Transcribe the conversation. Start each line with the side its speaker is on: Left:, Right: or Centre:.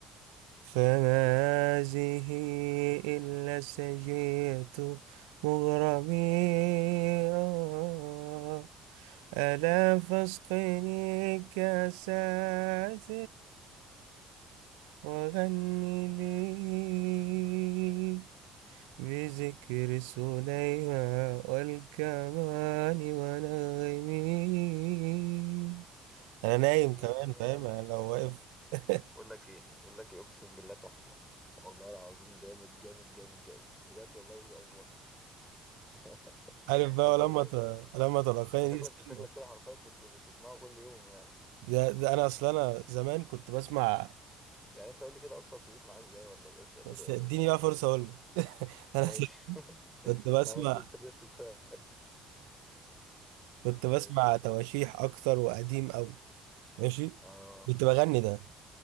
Right: فما هذه إلا سجية مغرمي آه. ألا فاسقني كاسات وغني لي بذكر سليمان والكمان ونغمي أنا نايم
Centre: فيني
Right: كمان فاهم
Centre: يا ريم
Right: أنا لو واقف <laughs>
Centre: بقول لك ايه بقول لك ايه اقسم بالله تحفه والله العظيم جامد جامد جامد جامد بجد والله مش بأفور <laughs>
Right: عارف بقى
Centre: طب
Right: ولما
Centre: بقول لك
Right: ت... لما تلقاني
Centre: انت شكلك
Right: دي استنى
Centre: شكلك كده حرفيا بت... بتسمعه كل يوم يعني
Right: ده, ده انا اصل انا زمان كنت بسمع
Centre: يعني انت قول لي كده اصلا ابتديت معاه ازاي ولا بدأت تقلده
Right: بس اديني
Centre: امتى ولا
Right: بقى
Centre: ايه
Right: فرصه
Centre: بالظبط؟
Right: اقول لك <laughs> انا
Centre: ماشي
Right: أصل
Centre: <laughs>
Right: كنت بسمع
Centre: انا بس انترستد فاهم
Right: كنت بسمع
Centre: ايش قول
Right: تواشيح
Centre: لي.
Right: اكتر وقديم قوي ماشي
Centre: اه
Right: كنت بغني ده